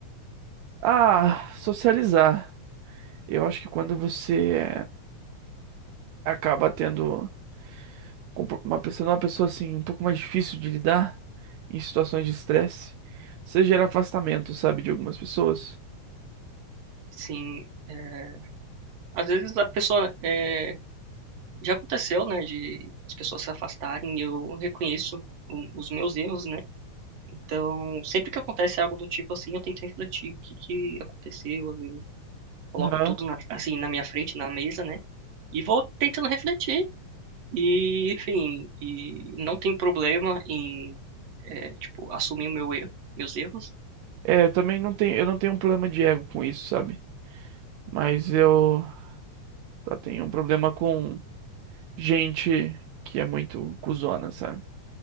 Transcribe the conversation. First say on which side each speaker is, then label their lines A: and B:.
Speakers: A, on the right; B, on the right.
A: Ah, socializar. Eu acho que quando você acaba tendo com um uma pessoa, uma pessoa assim, um pouco mais difícil de lidar em situações de estresse, você gera afastamento, sabe, de algumas pessoas.
B: Sim, é, às vezes a pessoa, é, já aconteceu, né, de as pessoas se afastarem, e eu reconheço o- os meus erros, né? Então, sempre que acontece algo do tipo assim, eu tento refletir o que que aconteceu, às vezes eu coloco
A: Aham.
B: tudo na, assim na minha frente, na mesa, né? E vou tentando refletir. E, enfim, e não tem problema em, é, tipo, assumir o meu erro, meus erros.
A: É, eu também não tenho, eu não tenho um problema de ego com isso, sabe? Mas eu só tenho um problema com gente que é muito cuzona, sabe?